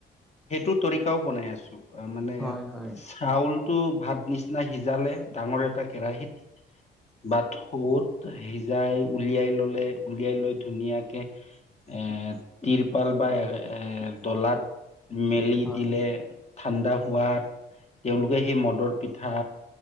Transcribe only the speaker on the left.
সেইটো তৰিকাও বনাই আছো। তাৰ মানে-
চাউলটো ভাত নিচিনা সিজালে ডাঙৰ এটা কেৰাহীত- বা থৌত সিজাই উলিয়াই ল'লে উলিয়াই লৈ ধুনীয়াকে- এ' টিৰপাল বা এ' ডলাত- মেলি
দিলে ঠাণ্ডা হোৱাত তেওঁলোকে সেই মদৰ পিঠা